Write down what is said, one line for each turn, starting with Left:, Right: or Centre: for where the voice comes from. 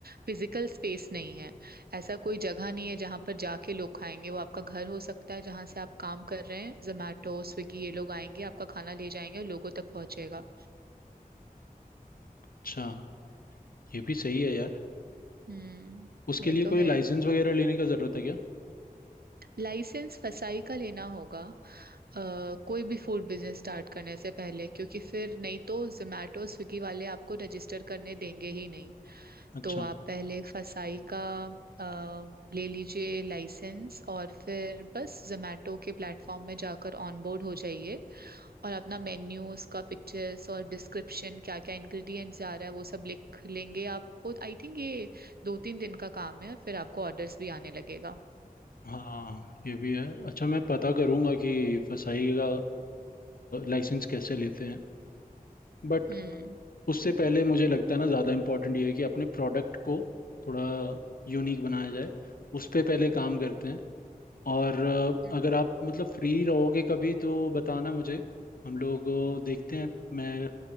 Right: फिजिकल स्पेस नहीं है ऐसा कोई जगह नहीं है जहां पर जाके लोग खाएंगे वो आपका घर हो सकता है जहां से आप काम कर रहे हैं जोमैटो स्विगी ये लोग आएंगे आपका खाना ले जाएंगे और लोगों तक पहुंचेगा
Left: अच्छा ये भी सही है यार
Right: हम्म
Left: उसके
Right: ये
Left: लिए
Right: तो है
Left: कोई लाइसेंस वगैरह लेने का ज़रूरत है क्या
Right: लाइसेंस फसाई का लेना होगा अ, कोई भी फूड बिजनेस स्टार्ट करने से पहले क्योंकि फिर नहीं तो जोमैटो स्विगी वाले आपको रजिस्टर करने देंगे ही नहीं
Left: अच्छा
Right: तो आप पहले फसाई का अ, ले लीजिए लाइसेंस और फिर बस जोमेटो के प्लेटफॉर्म में जाकर ऑनबोर्ड हो जाइए और अपना मेन्यू उसका पिक्चर्स और डिस्क्रिप्शन क्या क्या इंग्रेडिएंट्स जा रहा है वो सब लिख लेंगे आप खुद आई थिंक ये दो तीन दिन का काम है और फिर आपको ऑर्डर्स भी आने लगेगा
Left: हाँ ये भी है अच्छा मैं पता करूँगा कि फसाई का लाइसेंस कैसे लेते हैं बट
Right: हम्म
Left: उससे पहले मुझे लगता है ना ज़्यादा इम्पोर्टेंट ये है कि अपने प्रोडक्ट को थोड़ा यूनिक बनाया जाए उस पर पहले काम करते हैं और अ,
Right: हम्म
Left: अगर आप मतलब फ्री रहोगे कभी तो बताना मुझे हम लोग अ, देखते हैं मैं